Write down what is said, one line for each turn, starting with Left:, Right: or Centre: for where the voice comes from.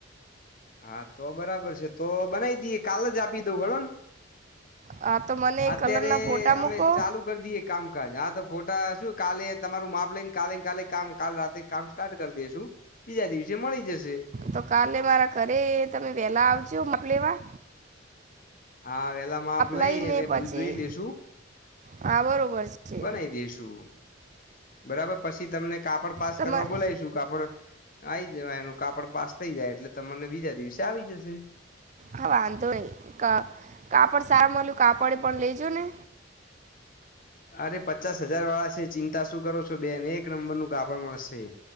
Left: હા તો બરાબર છે તો બનાવી દઈએ કાલ જ આપી દઉં ઘણો ને.
Right: હા તો મને
Left: અત્યારે
Right: કલરના ફોટા મૂકો
Left: અમે ચાલુ. કરી દઈએ કામકાજ આા તો ફોટા શું કાલે તમારું માપ લઈને કાલે કાલે કામ કાલ રાતે. કામ સ્ટાર્ટ કરી દેસું બીજા દિવસે મળી જશે.
Right: તો કાલે મારા ઘરે તમે વેલા આવશો નાપ લેવા.
Left: હા વેલા માપ લઈ
Right: લઈને
Left: અને બધું
Right: પછી
Left: જોઈ લેેશુ.
Right: હા બરોબર છે
Left: બનાઈ દેસું. બરાબર પછી તમને કાપડ પાસ
Right: તમારે
Left: કરવા બોલાયશું કાપડ. આવી જવા એનું કાપડ પાસ થઈ જાય એટલે તમને બીજા દિવસે આવી જશે.
Right: હા વાંધો નહી હા કાપડ સારા મલ્યું કાપડે પણ લેજો ને.
Left: અરે પચાસ હજાર વાળા છે ચિંતા શું કરો છો બેને એક નંબર નું કાપડ મળે.